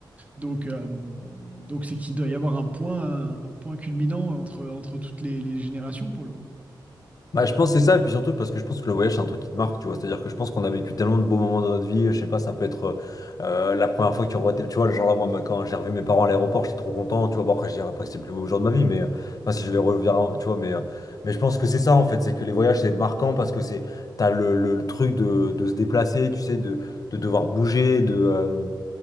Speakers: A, on the right (about 15°); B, on the left (about 50°).
A: Donc, euh, donc c'est qu'il doit y avoir un point, un point culminant entre, entre toutes les, les générations pour le coup.
B: Bah, je pense que c'est ça, et puis surtout parce que je pense que le voyage c'est un truc qui te marque, tu vois. C'est-à-dire que je pense qu'on a vécu tellement de beaux moments dans notre vie. Je sais pas, ça peut être euh, la première fois que tu revois tes, tu vois, genre là, moi, ma- quand j'ai revu mes parents à l'aéroport, j'étais trop content, tu vois. Bon, après, je dirais pas que c'est le plus beau jour de ma vie, mais euh, enfin, si je vais revenir, en- tu vois, mais euh, mais je pense que c'est ça en fait, c'est que les voyages c'est marquant parce que c'est t'as le, le, le truc de, de se déplacer, tu sais, de, de devoir bouger, de, euh,